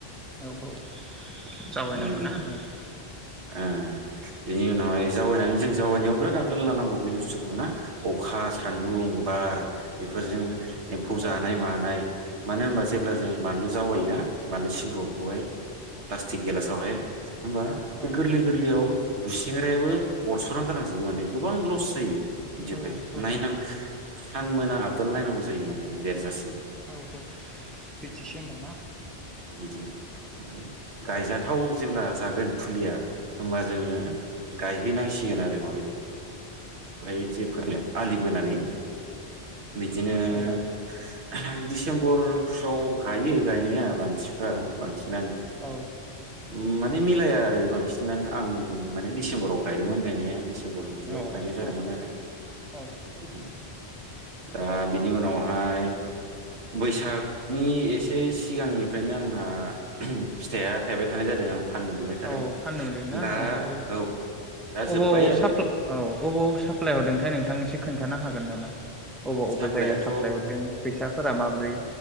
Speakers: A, in the centre; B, on the right.
A: औ औ। जावैनांगौना
B: उम
A: औ
B: ओ बेनि उनावहाय जावैनानै जों जावनायाव बिराद आबदाल लानांगौ बि बुस्थुखौना अखा सान्दुं बार बेफोरजों एम्फौ जानाय
A: औ
B: मानाय मानो होनबा
A: औ
B: जेब्ला जों बानलु जावायोना मानो सिब्रुखौहाय फ्ला टिक गिलासावहाय होमबा बे
A: औ
B: गोरलै गोरलैयाव गुसिं ग्रायाबो अरस'ना गालांजोबो माने गोबां लस जायो। बिदियावहाय
A: औ
B: नायनां सानमोना आबदाल नायनांगौ जायो माने बेरजासिम।
A: औ बिदिसो होमबा ना।
B: दिनो ओमफ्राय गायजाथाव जेब्ला जागोन फुलिया होमबा जोङो गायहैनांसिगोन आरो माबायाव बेहाय जेफोरनो आलि बोनानै। बिदिनो
A: औ
B: दिडिसेम्बरफ्राव गायो गायनाया मानसिफ्रा मानसि
A: औ
B: <unintelligible> माने मिलाया आरो बांसि <unintelligible> आं माने दिसेम्बराव गायदोंमोन गायनाया। दिसेम्बर बिदियाव।
A: औ
B: गायनाय जादोंमोन
A: औ
B: आरो
A: औ
B: उम। दा बिनि उनावहाय बैसागनि एसे एसे सिगांनिफ्रायनो आंना फिथाइया थाइबाय थानाय जादों आं फाननो मोनबाय थादों
A: औ फाननो मोनदोंना
B: दा
A: ओमफ्राय
B: औ दा
A: अबाव
B: जोब्बाय आरो।
A: साप्ला औ अबाव साप्लाय हरदोंथाय नोंथां एसे खोन्थानो हागोन नामा? अबाव
B: साप्लायाथ'
A: अबे जायगायाव साप्लाय हरदों? फैसाफोरा माबोरै?